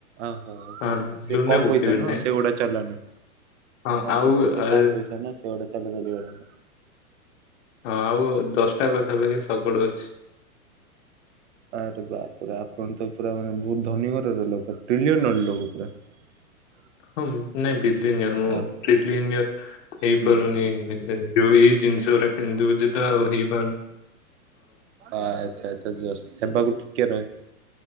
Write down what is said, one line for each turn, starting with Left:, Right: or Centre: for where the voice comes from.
Right: ଓହୋ
Left: ହଁ
Right: ସେ
Left: ଲୁନା
Right: କମ
Left: ଗୋଟେ
Right: ପଇସା
Left: ବି
Right: ନୁହ
Left: ନାହିଁ
Right: ସେଗୁଡା ଚାଲାଅନା।
Left: ହଁ
Right: ଆଛା
Left: ଆଉ
Right: ଆଛା ସେ
Left: ଆ,
Right: କମ
Left: ହଁ,
Right: ପଇସା ନା ସେ ଗୋଟା ଚାଲା ଚାଲିିବାନି।
Left: ହଁ ଆଉ ଦଶଟା ପାଖାପାଖି ସଗଡ଼ ଅଛି।
Right: ଆରେ ବା ପୁରା ଆପଣ ତ ପୁରା ମାନେ ବହୁତ ଧନୀ ଘରର ଲୋକ ଟ୍ରିଲିୟନର ଲୋକ ପୁରା। ହୁଁ <inaudible>
Left: ହଁ ନାଇଁ <unintelligible> ମୁଁ
Right: ଆ-
Left: ହେଇପାରୁନିଉ।
Right: ହୁଁ,
Left: ଜିଷରେ କିଣି ଦୋଉଛି ତ ଆଉ ହେଇପଣି।
Right: ଆଚ୍ଛା ଆଚ୍ଛା ଜସ୍ ହେବାକୁ ଟିକେ ରହେ।